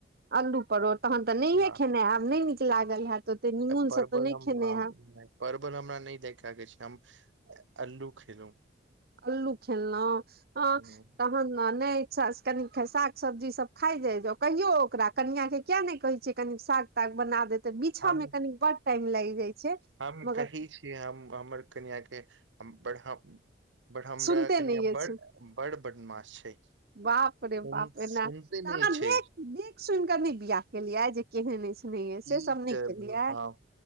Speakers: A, on the right; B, on the right.
A: अल्लू परोठ तहन तऽ नहिये
B: हँ
A: खेने हयब नहि नीक लागल हयत ओते निीमुन
B: परवल
A: से तऽ नय
B: हम
A: खेना
B: हम-
A: आयब
B: नहि, परवल हमरा नय दै आाग छै हम अल्लू खेलहुं
A: अल्लू खेलना ह
B: हूँ
A: त नहि इच्छा से कनि साग सब्जी सब खा जा कहियो ओकरा कनिया के किया नय कहे छ कनी साग ताग बना देत तऽ बीछऽ
B: हम
A: मे कनी बड्ड टाइम लागि जाइ छै
B: हम
A: मगर
B: कहै छी हम हमर कनिय के बराह बारहम हमरा
A: सुनते
B: कनि
A: नहि अछि
B: ब बड़ बदमाश छै।
A: बाप रे
B: सुन
A: बाप रे
B: सुनते
A: ने तऽ
B: नहि
A: अहाँ
B: छै
A: देख देख सुनिकऽ न बियाह केलियै जे। केहन
B: की
A: से सब नहि
B: करू
A: केलियै
B: हम